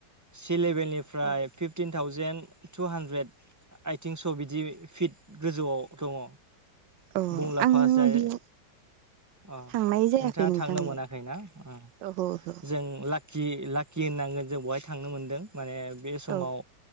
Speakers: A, on the right (about 25°); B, on the right (about 90°).
A: सि लेभेलनिफ्राय
B: औ
A: फिफटिन थावजेेन टु हान्ड्रेद आथिं स' बिदि फिट गोजौआव दङ
B: औ
A: बुं लाफा
B: आं
A: जाय
B: बेयाव
A: अ
B: थांनाय जायाखै
A: नोंथाङा
B: नोंथां
A: थांनो
B: बेयाव
A: मोनाखैना ओ
B: ओहो ओहो
A: जों ला खि लाकि होननांगोन जों बेहाय थांनो मोनदों माने बे समाव
B: औ